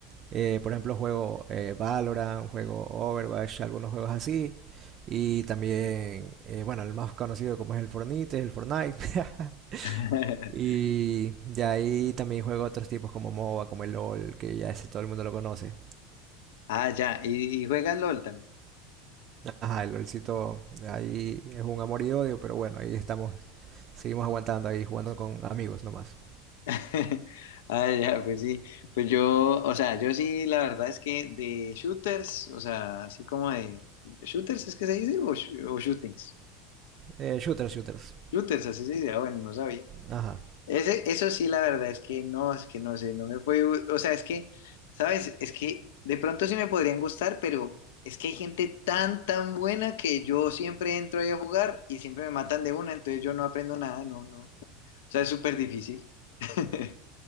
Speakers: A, on the right; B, on the left.
A: eh, por ejemplo, juego eh, Valorant, juego Overwatch, algunos juegos así. Y también, eh, bueno, el más conocido como es el Fortnite, el Fortnite. <laughs>
B: <laughs>
A: Y de ahí también juego otros tipos como MOBA, como el LOL, que ya ese todo el mundo lo conoce.
B: Ah, ya. ¿Y, y juegas LOL también?
A: Ajá, el LOLcito ahí es un amor y odio, pero bueno, ahí estamos, seguimos aguantando ahí jugando con amigos nomás.
B: <laughs> Ah, ya, pues sí. Pues yo, o sea, yo sí, la verdad es que de shooters, o sea, así como de... ¿Shooters es que se dice? ¿O, sh- o shootings?
A: Eh, shooters, shooters.
B: Shooters, así se dice. Ah, bueno, no sabía.
A: Ajá.
B: Ese, eso sí, la verdad es que no, es que no sé, no me puede... gu- O sea, es que, ¿sabes? Es que de pronto sí me podrían gustar, pero es que hay gente tan, tan buena que yo siempre entro ahí a jugar y siempre me matan de una, entonces yo no aprendo nada, no, no. O sea, es súper difícil. <laughs>